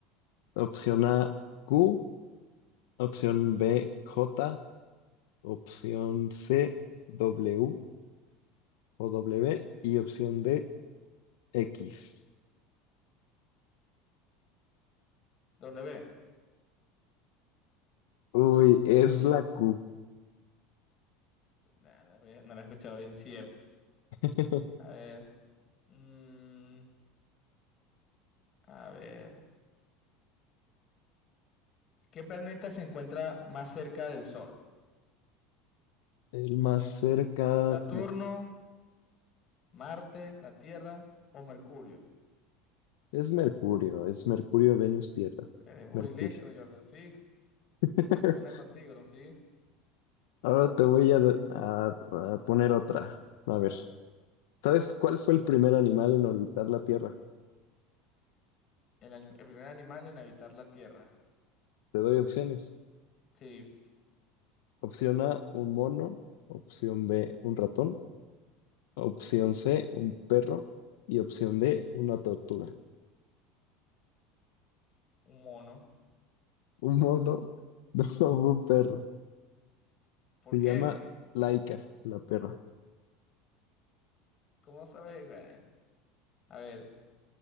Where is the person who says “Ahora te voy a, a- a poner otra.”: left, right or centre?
Left